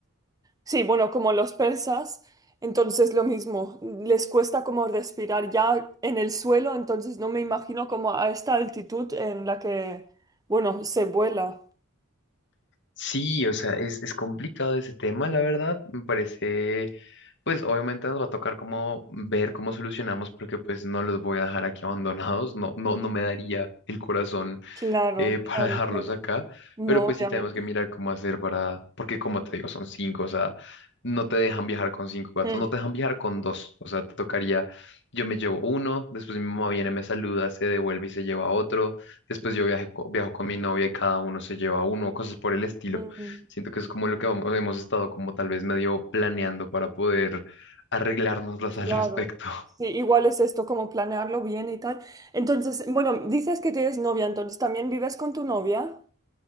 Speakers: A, on the right; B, on the left.
A: Sí, bueno, como los persas, entonces lo mismo, les cuesta como respirar ya en el suelo, entonces no me imagino como a esta altitud en la que, bueno, se vuela.
B: Sí, o sea, es, es complicado ese tema, la verdad. Me parece pues obviamente nos va a tocar como ver cómo solucionamos, porque pues no los voy a dejar aquí <laughs> abandonados, no, no, no me daría el corazón
A: Claro,
B: eh, <laughs> para
A: claro,
B: dejarlos
A: claro.
B: acá,
A: No,
B: pero pues
A: obviamente.
B: sí tenemos que mirar cómo hacer para, porque como te digo, son cinco, o sea, no te dejan viajar con cinco gatos,
A: Mm,
B: no te dejan viajar con dos, o sea, te tocaría, yo me llevo uno, después mi mamá viene, me saluda, se devuelve y se lleva otro, después yo viaje co- viajo con mi novia y cada uno se lleva uno, cosas por el estilo.
A: mm,
B: Siento que es como lo que vamos- hemos estado como tal vez medio planeando para poder arreglárnoslas al
A: claro.
B: respecto.
A: Sí, igual es esto, como planearlo bien y tal. Entonces, bueno, dices que tienes novia, entonces también vives con tu novia.